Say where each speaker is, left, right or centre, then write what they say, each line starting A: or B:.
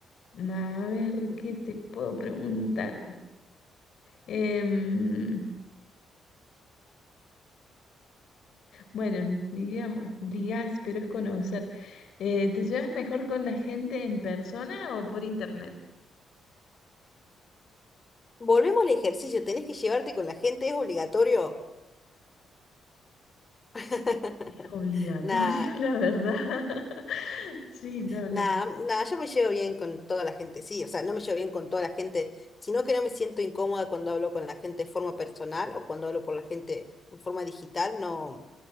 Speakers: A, on the left; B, on the left.
A: A ver,
B: <clears throat>
A: ¿qué te puedo preguntar? Em, bueno, digamos, digas, pero es conocer. Eh, ¿te llevas mejor con la gente en persona o por internet?
B: Volvemos al ejercicio, tenés que llevarte con la gente, es obligatorio. <laughs>
A: Es obligatorio,
B: Nada,
A: <laughs> la verdad. <laughs> Sí, no, no.
B: nada, nada, yo me llevo bien con toda la gente, sí, o sea, no me llevo bien con toda la gente, sino que no me siento incómoda cuando hablo con la gente de forma personal o cuando hablo por la gente en forma digital, no,